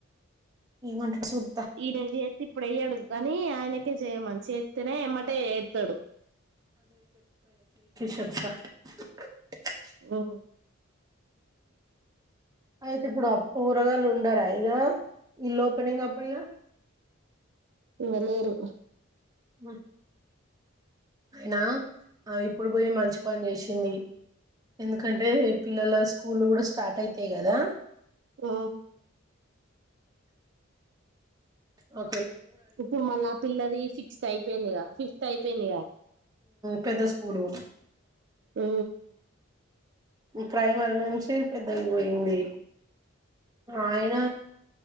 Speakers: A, on the right; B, on the right.
A: ఏం అంటాడో చూద్
B: ఈయన చేసి ఇప్పుడు అయ్యాడు కానీ ఆయన చిత్ కి చేయమన్ చేతికి తినే ఎమ్మటే ఏ త్తడు
A: ఎక్క
B: ఆ
A: అయితే ఇప్పుడు కూరగాయలు ఉండరా ఇక ఇల్లు ఓపెనింగ్ అప్పుడుక
B: వాళ్ళు లేరు
A: ఆ అయినా ఇప్పుడు పోయి మంచి పని చేసింది ఎందుకంటే పిల్లల స్కూల్ కూడా స్టార్ట్ అయితాయి కదా
B: ఓ
A: ఓ
B: ఇప్పుడు మళ్ళా పిల్లది సిక్స్త్ అయిపోయింది కద ఫిఫ్త్ అయిపోయిందిగా
A: పెద్ద స్కూలు
B: ఆ
A: ప్రైమర్ నుంచి పెద్దలు పోయింది ఆయన